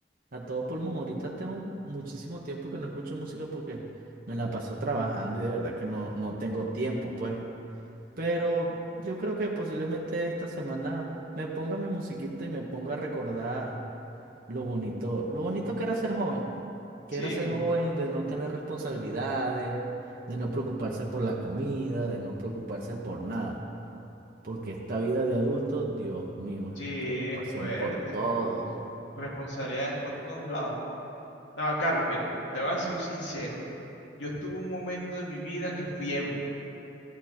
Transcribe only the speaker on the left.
sí,
sí,
es fuerte.
Responsabilidades por todos lados. No, Carlos, mira, te voy a decir sincero. Yo estuve un momento de mi vida que fui emo.